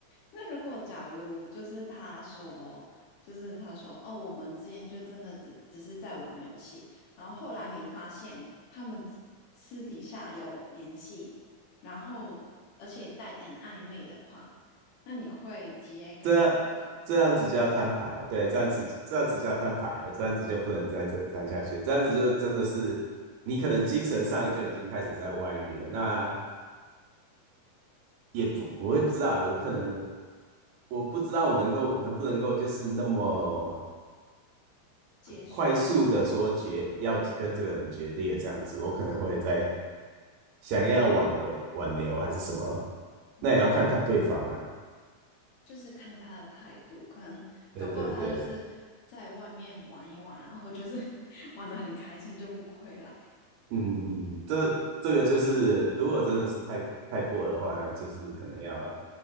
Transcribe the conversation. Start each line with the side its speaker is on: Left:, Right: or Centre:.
Left: 那如果假如就是他说，就是他说，哦，我们之间就真的只只是在玩游戏，然后后来你发现他们私底下有联系，然后而且带点暧昧的话，那你会直接跟那个对方讲
Right: 这样这样子就要摊牌了，对，这样子这样子就要摊牌了，这样子就不能再这这样下去，这样子就真的是你可能精神上就已经开始在外遇了，那也不我也不知道欸，我可能。我不知道我能够能不能够就是那么
Left: 接受吗？
Right: 快速的说决要跟这个人决裂这样子，我可能会在想要挽回挽留还是什么，
Left: 嗯，
Right: 那也要看他对方啊。
Left: 就是看他的态度，可能搞不好他就是在外面玩一玩，
Right: 对对对，
Left: 然后就是 <laughs> 玩的很开心就不回来。
Right: 嗯嗯嗯，这这个就是如果真的是太太过的话，那就是可能要